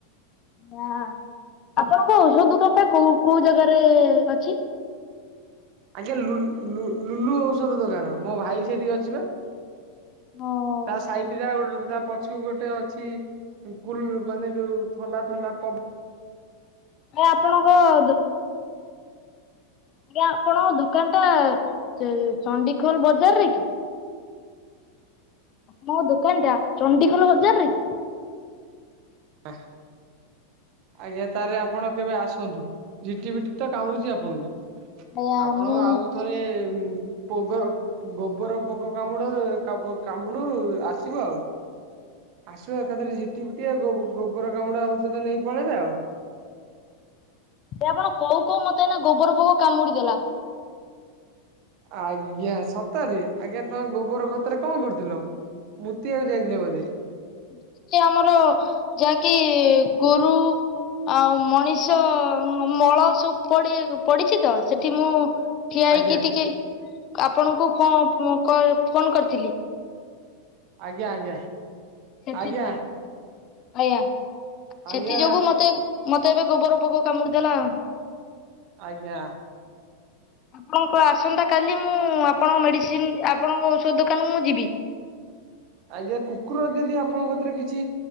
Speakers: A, on the left; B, on the right.
A: ନା ଆପଣଙ୍କ ଔଷଧ ଦୋକାନଟା କୋଉ କୋଉ ଜାଗାରେ ଅଛି?
B: ଆଜ୍ଞା ଲୁ-ଲୁ-ଲୁ-ଲୁଲୁ ଔଷଧ ଦୋକାନ ମୋ ଭାଇ ସେଠି ଅଛିି ପା
A: ହଁ
B: ତା ସାଇଟରେ ଆଉ ଗୋ <inaudible> ତା ପ <inaudible> ପଛୁକୁ ଗୋଟେ ଅଛି କୁଲ୍ ମାନେ ଯୋଉ ଥଣ୍ଡା ଥଣ୍ଡା ପବ୍
A: ଆ ଆପଣଙ୍କଅ-ଅ-ଅ ଦୋ ଆଜ୍ଞା ଆପଣଙ୍କ ଦୋକାନଟା ତ ଚଣ୍ଡିଖୋଲ ବଜାରରେ କି? <inaudible> ଦୋକାନଟା ଚଣ୍ଡିଖୋଲ ବଜାରରେ କି?
B: ହ ଆଜ୍ଞା ତାହେଲେ ଆପଣ କେବେ ଆସନ୍ତୁ ଝିଟିପିଟି ତ କାମୁଡୁଛି ଆପଣଙ୍କୁ।
A: ଆଜ୍ଞା
B: ଆପଣ
A: ମୁଁ
B: ଆଉ ଥରେ ଉଁ ପୋକ ଗୋବର ପୋକ କାମୁଡୁ କା କାମୁଡୁ ଆସିବ ଆଉ। ଆସିବ ଏକାଥରେ ଝିଟିପିଟି ଆଉ ଗୋ ଗୋବର କାମୁଡା ଔଷଧ ନେଇ ପଳେଇବେ ଆଉ।
A: ସେ ଆପଣ କହୁ କହୁ ମତେ ଏଇନା ଗୋବର ପୋକ କାମୁଡି ଦେଲା।
B: ଆଜ୍ଞା ସତରେ? ଆଜ୍ଞା ତମେ ଗୋବର ଖତରେ କଣ କରୁଥିଲ? ମୁତିଆକୁ ଯାଇଥିଲେ ବୋଧେ
A: <inaudible> ଆମର ଯାହାକି ଗୋରୁ ଆଉ ମଣିଷ ମଳ ସବୁ ପଡି ପଡିଛି ତ ସେଠି ମୁଁ ଠିଆ ହେଇକି
B: ଆଜ୍ଞା
A: ଟିକେ ଆପଣଙ୍କୁ ଫୋ କ ଫୋନ କରିଥିଲି।
B: ଆଜ୍ଞା-ଆଜ୍ଞା,
A: ସେଥି
B: ଆଜ୍ଞା।
A: ଆଜ୍ଞା
B: ଆଜ୍ଞା
A: ସେଥିଯୋଗୁ ମତେ ମତେ ଏବେ ଗୋବର ପୋକ କାମୁଡିଦେଲା।
B: ଆଜ୍ଞା।
A: ଆପଣଙ୍କ ଆସନ୍ତା କାଲି ମୁଁ ଆପଣଙ୍କ ମେଡିସିନ୍ ଆପଣଙ୍କ ଔଷଧ ଦୋକାନକୁ ମୁଁ ଯିବି। ହ <inaudible>
B: ଆଜ୍ଞା କୁକୁର ଯଦି ଆପଣଙ୍କ କତିରେ କିଛି